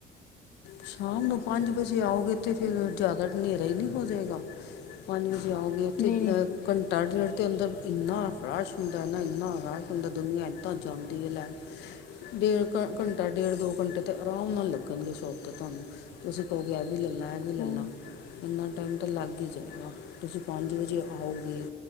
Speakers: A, on the left; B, on the left.
A: ਸ਼ਾਮ ਨੂੰ ਪੰਜ ਵਜੇ ਆਓਗੇ ਤੇ ਫੇਰ ਜ਼ਿਆਦਾ ਹਨੇਰਾ ਹੀ ਨਹੀਂ ਹੋ ਜੇਗਾ। ਪੰਜ ਵਜੇ ਆਉਗੇ ਉੱਥੇ
B: ਨਹੀਂ ਨਹੀਂ
A: ਘੰਟਾ ਡੇੜ 'ਤੇ ਅੰਦਰ ਇੰਨਾ ਰਸ਼ ਹੁੰਦਾ ਇੰਨਾ ਰਸ਼ ਹੁੰਦਾ ਦੁਨੀਆਂ ਇੱਦਾਂ ਜਾਂਦੀ ਐ ਲੈਣ। ਡੇਢ ਘ ਘੰਟਾ ਡੇਢ ਦੋ ਘੰਟੇ ਤਾਂ ਆਰਾਮ ਨਾਲ ਲੱਗਣਗੇ ਸੋਪ। ਤੁਹਾਨੂੰ ਤੁਸੀਂ ਕਹੋਗੇ ਇਹ ਵੀ ਲੈ ਲਾ ਣਾ ਇਹ ਵੀ ਲੈ
B: ਹਾਂ
A: ਲਾ ਇੰਨਾ ਟਾਈਮ ਤਾਂ ਲੱਗ ਹੀ ਜਾਏਗਾ। ਤੁਸੀਂ ਪੰਜ ਵਜੇ ਆਓਗੇ।